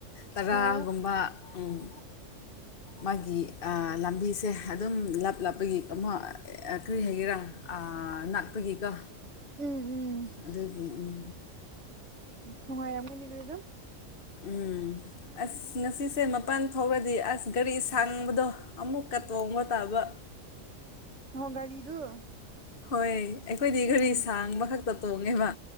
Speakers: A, on the left; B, on the right.
A: ꯇꯔꯥꯒꯨꯝꯕ
B: ꯑꯣ
A: ꯎꯝ ꯃꯥꯒꯤ ꯂꯝꯕꯤꯁꯦ ꯑꯗꯨꯝ ꯂꯞ ꯂꯞꯄꯒꯤ <unintelligible> ꯀ꯭ꯔꯤ ꯍꯥꯏꯒꯦꯔꯥ ꯅꯛꯄꯒꯤꯀꯣ
B: ꯎꯝ ꯎꯝ
A: ꯑꯗꯨꯒꯤ ꯎꯝ
B: ꯅꯨꯡꯉꯥꯏꯔꯝꯒꯅꯤ ꯑꯗꯨ ꯑꯗꯨꯝ
A: ꯎꯝ ꯑꯁ ꯉꯁꯤꯁꯦ ꯃꯄꯥꯟ ꯊꯣꯛꯔꯗꯤ ꯑꯁ ꯒꯥꯔꯤ ꯁꯥꯡꯕꯗꯣ ꯑꯃꯨꯛꯀ ꯇꯣꯡꯕ ꯇꯥꯕ
B: ꯑꯣ ꯒꯥꯔꯤꯗꯨ
A: ꯍꯣꯏ ꯑꯩꯈꯣꯏꯗꯤ
B: ꯑꯣ
A: ꯒꯥꯔꯤ ꯁꯥꯡꯕ ꯈꯛꯇ ꯇꯣꯡꯉꯦꯕ